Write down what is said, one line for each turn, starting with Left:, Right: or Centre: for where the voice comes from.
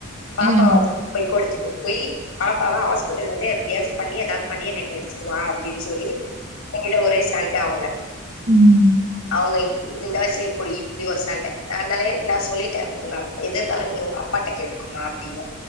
Left: பாப்பாவ
Right: ம் ம்
Left: கோடுத்துட்டு போய் பாப்பாவ ஹாஸ்பிடல்ந்து எப்டியாசும் பண்ணி ஏதாது பண்ணி எனக்கு எடுத்துட்டு வா அப்டின்னு சொல்லி என்கிட்ட ஒரே சண்ட அவுங்க
Right: ம்
Left: அவுங்க இ இந்த வயசுல இப்போ இப்டி ஒரு சண்ட நா அனாலயே நான் சொல்லிட்டேன் உங்க அப் எதா இருந்தாலும் உங்க அப்பாட்ட கேட்டுக்கோங்க அப்படின்னு